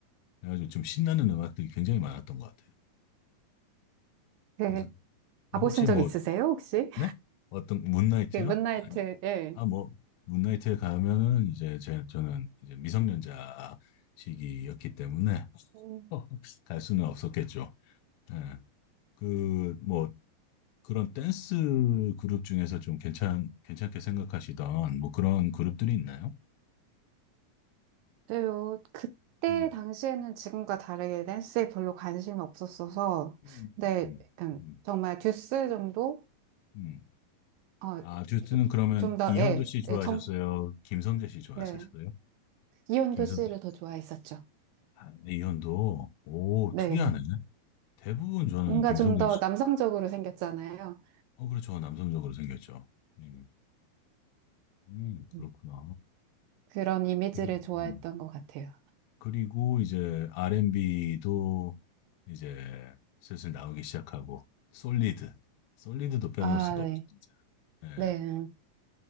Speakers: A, on the left (about 85°); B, on the right (about 80°).
A: 그래가지고 좀 신나는 음악들이 굉장히 많았던 것 같아요.
B: 그,
A: 그래서 뭐
B: 가보신
A: 혹시
B: 적
A: 뭐,
B: 있으세요, 혹시?
A: 네? 어떤 문나이트요?
B: 그, 문나이트,
A: 아니,
B: 예.
A: 아, 뭐, 문나이트에 가면은 이제 제, 저는 이제 미성년자 시기였기 때문에 <laughs>
B: 음.
A: 갈 수는 없었겠죠. 예. 그, 뭐, 그런 댄스 그룹 중에서 좀 괜찮, 괜찮게 생각하시던 뭐 그런 그룹들이 있나요?
B: 그요 그때
A: 음.
B: 당시에는 지금과 다르게 댄스에 별로 관심이 없었어서,
A: 음,
B: 근데
A: 음,
B: 약간
A: 음,
B: 정말 듀스 정도?
A: 음.
B: 어,
A: 아, 듀스는 그러면
B: 좀 더,
A: 이현도
B: 예,
A: 씨 좋아하셨어요?
B: 예, 정,
A: 김성재 씨 좋아하셨어요?
B: 네. 이온도
A: 김성재.
B: 씨를 더 좋아했었죠.
A: 아, 네, 이현도. 오,
B: 네.
A: 특이하네. 대부분 저는
B: 뭔가
A: 김성재
B: 좀 더
A: 씨.
B: 남성적으로 생겼잖아요.
A: 어, 그렇죠. 남성적으로 생겼죠. 음, 음,
B: 음.
A: 그렇구나.
B: 그런 이미지를
A: 음,
B: 좋아했던
A: 음.
B: 것 같아요.
A: 그리고 이제 R&B도 이제 슬슬 나오기 시작하고, 솔리드. 솔리드도 빼놓을
B: 아,
A: 수가
B: 네.
A: 없죠, 진짜. 예.
B: 네.